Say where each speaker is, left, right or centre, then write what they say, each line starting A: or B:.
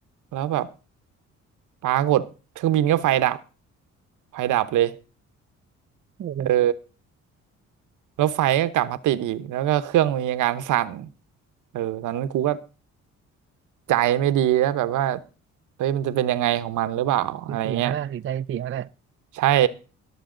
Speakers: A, on the right; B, on the right.
A: แล้วแบบ ปรากฏเครื่องบินก็ไฟดับไฟดับเลย
B: โอ้โห
A: เออแล้วไฟก็กลับมาติดอีกแล้วก็เครื่องมีอาการสั่นเออตอนนั้นกูก็ใจไม่ดีแล้วแบบว่าเฮ้ยมันจะเป็นยังไงของมันหรือเปล่าอะไรเงี้ย
B: เสียนะเสียใจเสียแหละ
A: ใช่